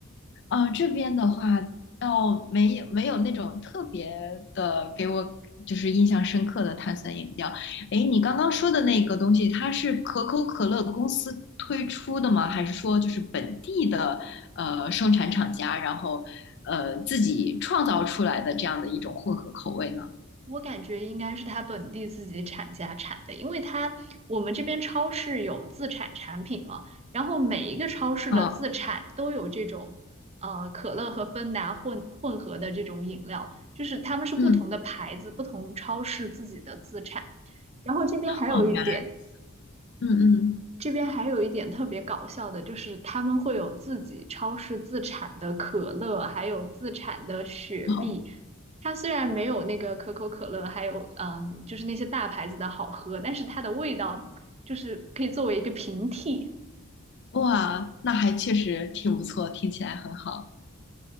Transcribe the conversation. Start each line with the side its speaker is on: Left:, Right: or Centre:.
Left: 呃，这边的话倒没有没有那种特别的给我就是印象深刻的碳酸饮料。诶，你刚刚说的那个东西，它是可口可乐公司推出的吗？还是说就是本地的呃生产厂家，然后呃自己创造出来的这样的一种混合口味呢？
Right: 我感觉应该是他本地自己产家产的，因为他我们这边超市有自产产品嘛，然后每一个超市的自产都有这种，
Left: 哦，
Right: 呃，可乐和芬达混混合的这种饮料，就是他们是不同的牌子、
Left: 嗯
Right: 不同超市自己的自产。然后这边还有一点，
Left: 哦，原来，嗯嗯，
Right: 这边还有一点特别搞笑的，就是他们会有自己超市自产的可乐，还有自产的雪碧。
Left: 好，
Right: 它虽然没有那个可口可乐，还有嗯，就是那些大牌子的好喝，但是它的味道就是可以作为一个平替。
Left: 哇，那还确实挺不错，听起来很好。